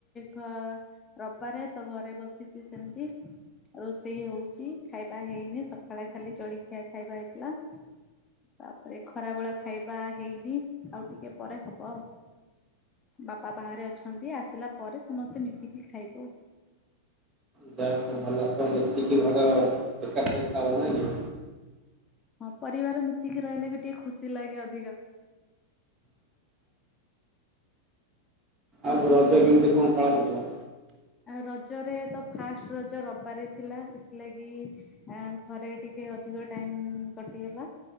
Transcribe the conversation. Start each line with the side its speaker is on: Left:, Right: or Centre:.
Left: ଘ ରବିବାରେ ତ ଘରେ ବସିଚ ସେମିତି। ରୋଷେଇ ହଉଚି ଖାଇବା ହେଇନି ସକାଳେ ଖାଲି ଚଳିଖିଆ ଖାଇବା ହେଇଥିଲା। ତାପରେ ଖରା ବଳେ ଖାଇବା ହେଇନି ଆଉ ଟିକେ ପରେ ହବ ଆଉ। ବାପା ବାହାରେ ଅଛନ୍ତି ଆସିଲା ପରେ ସମସ୍ତେ ମିଶିକି ଖାଇବୁ।
Right: ଯାହା ହଉ ଭଲ ସବୁ ମିଶିକି ଘର ଏକା ଥରେ ଖାଅ ନା କି?
Left: ହଁ ପରିବାର ମିଶିକି ରହିଲେ ବି ଟିକେ ଖୁସି ଲାଗେ ଅଧିକ
Right: ଆଉ ରଜ କେମିତି କଣ ପାଳନ କଲ?
Left: ଆଉ ରଜରେ ତ ଫାଷ୍ଟ ରଜ ରବାରେ ଥିଲା ସେଥିଲାଗି ଘରେ ଟିକେ ଅଧିକ ଟାଇମ କଟିଗଲା